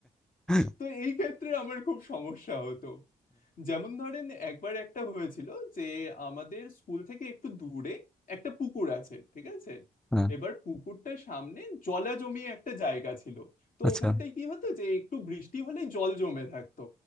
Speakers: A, in the centre; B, on the left.
A: হ্যাঁ,
B: তো এই ক্ষেত্রে আমার খুব সমস্যা হতো যেমন ধরেন একবার একটা হয়েছিল যে আমাদের স্কুল থেকে একটু দূরে একটা পুকুর আছে ঠিক আছে
A: হ্যাঁ,
B: এবার পুকুরটার সামনে জলা জমি একটা জায়গা ছিল তো
A: আচ্ছা
B: ওখানটায় কি হতো যে একটু বৃষ্টি হলে জল জমে থাকতো